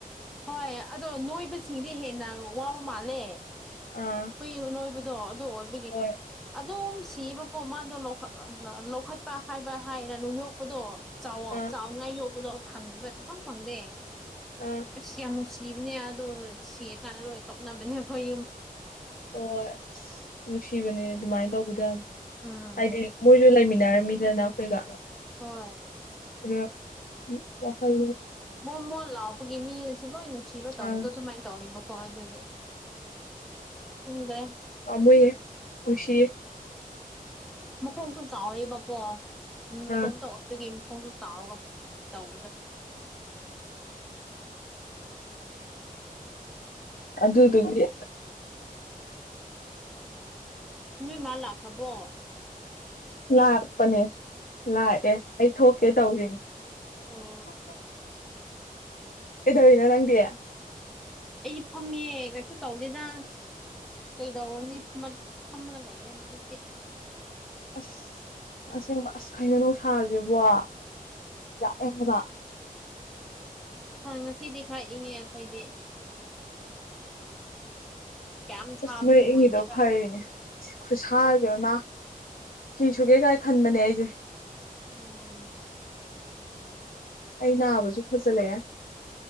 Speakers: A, in the centre; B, on the left.
A: ꯍꯣꯏ ꯑꯗꯣ ꯅꯣꯏꯕꯁꯤꯡꯗꯤ ꯍꯦꯟꯅ ꯋꯥꯕ ꯃꯥꯜꯂꯦ
B: ꯑꯥ
A: ꯍꯨꯏ ꯅꯣꯏꯕꯗꯣ ꯑꯗꯨ ꯑꯣꯏꯕꯒꯤ
B: ꯍꯣꯏ
A: ꯑꯣꯝ ꯁꯤꯕꯀꯣ ꯃꯥꯗꯣ ꯂꯧꯈꯠꯄ ꯍꯥꯏꯕ ꯍꯥꯏꯅ ꯅꯨꯡ ꯌꯣꯛꯄꯗꯣ ꯆꯥꯎꯋ
B: ꯑꯥ
A: ꯆꯥꯎꯅꯉꯥꯏ ꯌꯣꯛꯄꯗꯣ ꯐꯪꯕꯁꯨꯐꯪ ꯐꯪꯗꯦ
B: ꯑꯥ
A: ꯑꯁ ꯌꯥꯝ ꯅꯨꯡꯁꯤ ꯖꯤꯕꯅꯦ ꯌꯥꯗꯣ ꯁꯤ ꯀꯥꯟꯅ ꯂꯣꯏ ꯀꯞꯅꯕꯅꯦꯈꯣꯏ
B: ꯍ ꯑꯁ ꯅꯨꯡꯁꯤꯕꯅꯦ ꯑꯗꯨꯃꯥꯏꯅ ꯇꯧꯕꯗ ꯌꯥꯝ
A: ꯎꯝ
B: ꯍꯥꯏꯗꯤ ꯃꯣꯏꯁꯨ ꯂꯩꯃꯤꯟꯅꯔꯝꯃꯤꯗꯅ ꯑꯩꯈꯣꯏꯒ
A: ꯍꯣꯏ
B: ꯑ ꯎ ꯋꯥꯈꯜ
A: ꯃ ꯃꯣꯠ ꯂꯥꯎꯕꯒꯤ ꯃꯤꯅꯁꯨ ꯂꯣꯏ ꯅꯨꯡꯁꯤꯕ ꯇꯧꯕꯗꯣ
B: ꯑꯥ
A: ꯑꯗꯨꯃꯥꯏꯅ ꯇꯧꯋꯦꯕꯀꯣ ꯑꯗꯨꯏꯅꯦ ꯍꯗꯦ
B: ꯣꯏꯦ ꯈꯁꯤ
A: ꯃꯈꯣꯡꯁꯨ ꯆꯥꯎꯋꯦꯕꯀꯣ ꯎ ꯃꯇꯣꯝꯇ
B: ꯑꯥ
A: ꯑꯣꯏꯕꯒꯤ ꯃꯈꯣꯡꯁꯨ ꯆꯥꯎꯔꯒ ꯇꯧꯕꯗꯣ
B: ꯑꯗꯨ ꯑꯗꯨꯒꯤ
A: ꯅꯣꯏ ꯃꯥꯥ ꯂꯥꯛꯈ꯭ꯔꯕꯣ
B: ꯂꯥꯛꯄꯅꯦ ꯂꯥꯛꯑꯦ ꯑꯩ ꯊꯣꯛꯀꯦ ꯇꯧꯔꯤꯅꯦ
A: ꯑꯣ
B: ꯍ ꯑꯦꯗꯧꯅ ꯅꯪꯗꯌꯥ
A: ꯑꯩꯁ ꯐꯝꯃꯦ ꯀꯩꯁꯨ ꯇꯧꯒꯦꯗꯥꯖꯁ ꯀꯩꯗꯎꯅꯤ ꯐꯝꯒ ꯂꯩꯅꯦꯦ ꯍꯧꯖꯤꯛꯁꯦ
B: ꯑꯁ ꯑꯁꯦꯡꯕ ꯑꯁ ꯈꯩꯅ ꯅꯨꯡꯁꯁꯕ ꯌꯥ ꯑꯦ ꯑꯃꯨꯀꯥ
A: ꯍꯥ ꯉꯁꯤꯗꯤ ꯈꯥꯛ ꯏꯉꯦ ꯑꯩꯈꯣꯏꯗꯤ ꯌꯥꯝ ꯁꯥꯕꯗꯤ
B: ꯑꯁ ꯅꯣꯏ
A: ꯑꯣꯏꯗꯦꯕ
B: ꯏꯉꯤꯗꯣ ꯐꯔꯤꯅꯦ ꯈꯨꯁꯥꯁꯦ ꯃꯥ ꯁꯤ ꯁꯨꯒꯦ ꯀꯥꯏ ꯈꯟꯕꯅꯦ ꯑꯩꯁꯦ
A: ꯎꯝ
B: ꯑꯩ ꯅꯥꯕꯁꯨ ꯐꯖꯜꯂꯛꯑꯦ